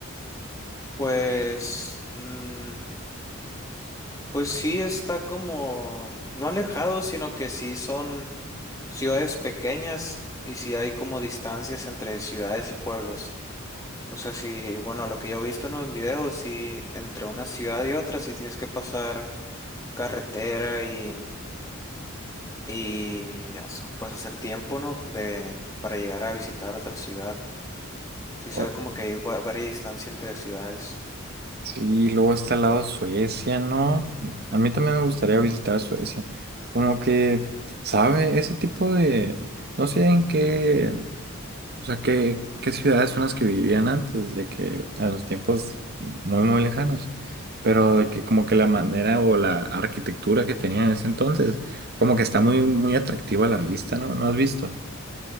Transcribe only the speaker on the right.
Uy.
Sí, luego está al lado Suecia, ¿no? A mí también me gustaría visitar Suecia. Como que, ¿sabe? Ese tipo de... No sé en qué... O sea, qué, qué ciudades son las que vivían antes de que... A los tiempos muy, muy lejanos. Pero de que como que la manera o la arquitectura que tenían en ese entonces, como que está muy, muy atractiva a la vista, ¿no? ¿No has visto?